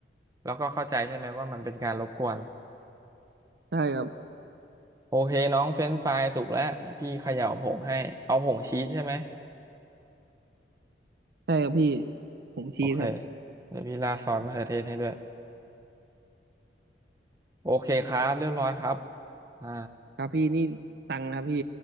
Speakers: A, on the right; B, on the right.
A: เราก็เข้าใจใช่ไหมว่ามันเป็นการรบกวน
B: ใช่ครับ
A: โอเคน้องเฟรนช์ฟรายสุกแล้วนะพี่เขย่าผงให้เอาผงชีสใช่ไหม
B: ใช่ครับพี่ผมชี้ครับ
A: โอเคเดี๋ยวพี่ราดซอสมะเขือเทศให้ด้วยโอเคครับเรียบร้อยครับอ่า
B: ครับพี่นี่ตังค์ครับพี่